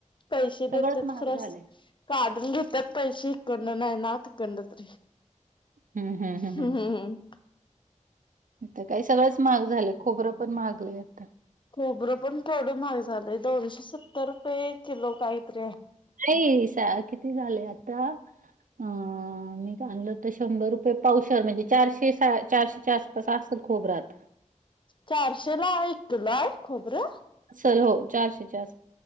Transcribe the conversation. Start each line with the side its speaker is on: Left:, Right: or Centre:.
Left: पैसे
Right: सगळंच
Left: देतात
Right: महाग
Left: खरच
Right: झालंय
Left: काढून घेतात पैसे शी कड नाय नात कडत्री
Right: हम्म हम्म
Left: हम्मम्
Right: हम्म
Left: हम्
Right: आता काय सगळंच महाग झालय खोबरं पण महागलय आता.
Left: खोबरं पण केवड महाग झालं दोनशे सत्तर रुपये किलो काही पण
Right: नाही सा किती झालं आता आम्ही आणलं तर तर शंभर रुपये पावशेर म्हणजे चारशे चारशेच्या आसपास असेल खोबरात.
Left: चारशे ला एक किलो हाय खोबरं?
Right: चल हो चारशे चार आस